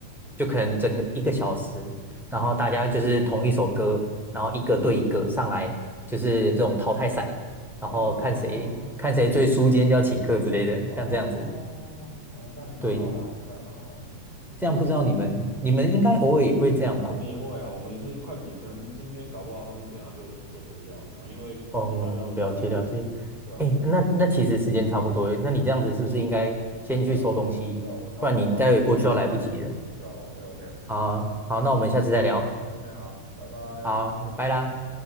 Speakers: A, in the centre; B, on the right (about 30°).
A: 就可能整个一个小时，然后大家就是同一首歌，然后一个对一个上来，就是这种淘汰赛，然后看谁看谁最输，
B: 哦
A: 今天就要请客之类的，
B: 哦哦，
A: 像这样子。
B: 这样也蛮好的啊，
A: 对，
B: 这样也蛮好的。
A: 这样不知道你们你们应该偶尔也会这样吧？
B: 我们也会啊，我们也是快比，可能今天搞不好他们等一下就就说要，然后因为礼拜六要比赛，
A: 哦，了解了解。
B: 对啊，
A: 哎，那那其实时间差不多耶那你这样子是不是应该先去收东西，
B: 哦对啊，哦对啊，我差不多啊，
A: 不然你待会过去要来不及了。
B: 对啊，OK OK，
A: 好好，
B: 好
A: 那我们下次再聊。
B: ，OK 好，拜拜。
A: 好，拜啦。